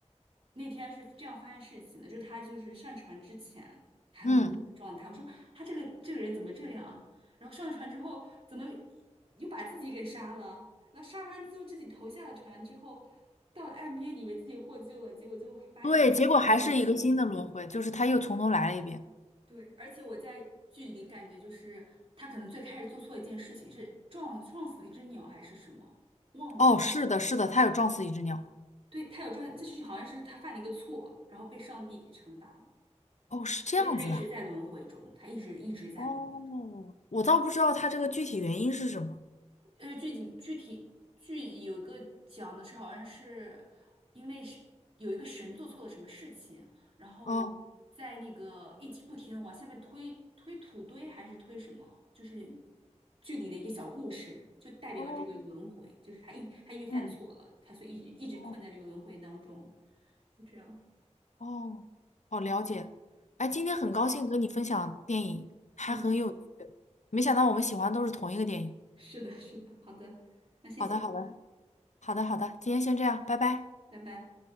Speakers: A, on the right; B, on the left.
A: 那天是这样发现事情的，就是他就是上船之前还很懵的状态。
B: 嗯，
A: 我说他这个这个人怎么这样啊？然后上船之后怎么又把自己给杀了？那杀完之后自己投下了船之后，到了岸边以为自己获救了，结果就发现在轮回中。
B: 对，结果还是一个新的轮回，就是他又从头来了一遍。
A: 对，而且我在剧里感觉就是他可能最开始做错一件事情，是撞撞死了一只鸟还是什么，忘了。
B: 哦，是的，是的，他有撞死一只鸟。
A: 对，他有撞，这就是好像是他犯了一个错，然后被上帝给惩罚了，
B: 哦，是这样子的。
A: 所以他一直在轮回中，他一直一直在轮回中。
B: 哦，我倒不知道它这个具体原因是什么。
A: 呃，具体具体剧有一个讲的是，好像是因为是有一个神做错了什么事情，然后在那个一直不停的往下面推推土堆还是推什么，
B: 哦
A: 就是剧里的一个小故事，就代表这个轮回，
B: 哦，
A: 就是他一他因为犯错了，
B: 嗯，
A: 他所以一直一直困在这个轮回当中，
B: 哦
A: 就这样。
B: 哦哦，了解。哎，今天很高兴跟你分享电影，还很有趣。
A: 嗯，
B: 没想到我们喜欢都是同一个电影。
A: 是的，是的，好的，那谢谢你，
B: 好的，好的，好的，好的，今天先这样，拜拜。
A: 拜拜。